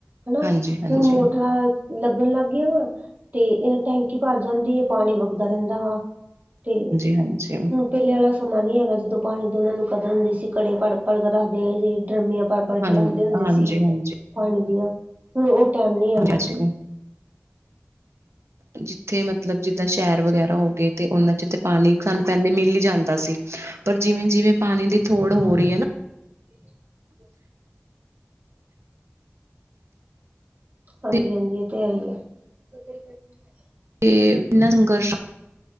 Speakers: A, on the right; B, on the right.
A: ਹਨਾ।
B: ਹਾਂਜੀ, ਹਾਂਜੀ, ਹਾਂਜੀ,
A: ਹੁਣ ਮੋਟਰਾਂ ਲੱਗਣ ਲੱਗ ਗੀਆਂ ਵਾਂ। ਤੇ ਏ ਟੈਂਕੀ ਭਰ ਜਾਂਦੀ ਏ, ਪਾਣੀ ਵਗਦਾ ਰੈਂਦਾ ਵਾ। ਤੇ
B: ਹਾਂਜੀ, ਹਾਂ
A: ਪੈਲੇ ਆਲਾ ਸਮਾਂ ਨੀ ਹੈਗਾ, ਜਦੋਂ ਪਾਣੀ ਦੇ ਓਨਾਂ ਨੂੰ ਕਦਰ ਹੁੰਦੀ ਸੀ। ਘੜੇ ਪੜ-ਭੜ ਕੇ ਰੱਖਦੇ ਸੀ, ਡਰਮੀਆਂ ਪੜ-ਭੜ
B: ਹਾਂਜੀ,
A: ਕੇ ਰੱਖਦੇ ਹੁੰਦੇ ਸੀ।
B: ਹਾਂਜੀ।
A: ਪਾਣੀ ਦੀਆਂ। ਹੁਣ ਓ ਟੈਮ ਨੀ ਹੈਗਾ।
B: ਹਾਂਜੀ, ਜਿੱਥੇ ਮਤਲਬ ਜਿੱਦਾਂ ਸ਼ੈਰ ਵਗੈਰਾ ਹੋ ਗੇ ਤੇ ਓਨਾਂ 'ਚ ਤੇ ਪਾਣੀ ਸਾਨੂੰ ਪੈਲੇ ਮਿਲ ਈ ਜਾਂਦਾ ਸੀ। ਪਰ ਜਿਵੇਂ-ਜਿਵੇਂ ਪਾਣੀ ਦੀ ਥੋੜ ਹੋ ਰੀ ਐ ਨਾ।
A: ਹ <inaudible>
B: ਨਾ
A: ਹਾਂਜੀ ਹਾਂਜੀ, ਏ ਤੇ ਹੈ ਈ ਐ। <unintelligible>
B: ਤੇ ਏਨਾਂ ਸੰਘਰਸ਼,